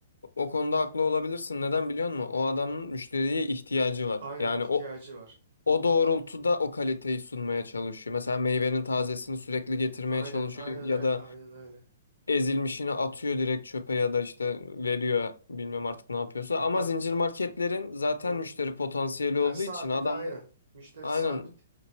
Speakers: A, on the left; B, on the right.
A: O konuda haklı olabilirsin. Neden biliyor musun? O adamın müşteriye ihtiyacı var.
B: Aynen
A: Yani
B: ihtiyacı
A: o
B: var.
A: o doğrultuda o kaliteyi sunmaya çalışıyor. Mesela meyvenin tazesini sürekli getirmeye
B: Aynen,
A: çalışıyor
B: aynen
A: ya
B: öyle,
A: da
B: aynen öyle.
A: ezilmişini atıyor direkt çöpe ya da işte veriyor bilmiyorum artık ne yapıyorsa. Ama
B: Bak
A: zincir
B: bir,
A: marketlerin zaten
B: hı,
A: müşteri potansiyeli
B: ha,
A: olduğu
B: sabit
A: için adamlar
B: aynen. Müşteri
A: aynen
B: sabit.